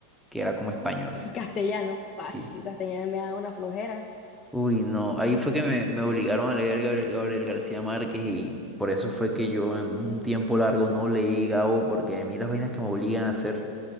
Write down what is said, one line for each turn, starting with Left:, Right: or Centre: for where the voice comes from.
Centre: que era como español.
Left: Castellano, ah,
Centre: Sí.
Left: sí, castellano me da una flojera.
Centre: Uy, no. Ahí fue que me, me obligaron a leer Gabriel, Gabriel García Márquez y por eso fue que yo en un tiempo largo no leí Gabo, porque a mí las vainas que me obligan a hacer